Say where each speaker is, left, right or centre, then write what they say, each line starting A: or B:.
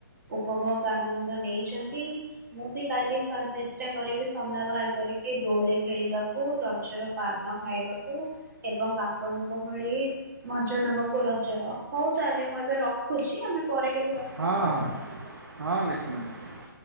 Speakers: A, on the right; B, on the right.
A: ଉପଭୋଗ ଆନନ୍ଦ ନେଇଛନ୍ତି। ମୁଁ ବି କାଲି ଚେଷ୍ଟା କରିବି ସମୟ ବାହାର କରିକି ଦୋଳି ଖେଳିବାକୁ। ରଜର ପାନ ଖାଇବାକୁ ଏବଂ ଆପଣଙ୍କ ଭଳି ମଜା ନେବାକୁ ରଜର। ହଉ ତାହଲେ ମୁଁ ଏବେ ରଖୁଛି। ଆମେ ପରେ କେବେ କଥା
B: ହଁ
A: ହବା
B: ହଁ
A: ଆଉ।
B: ହଁ ନିଶ୍ଚିନ୍ତ ନିଶ୍ଚିନ୍ତ।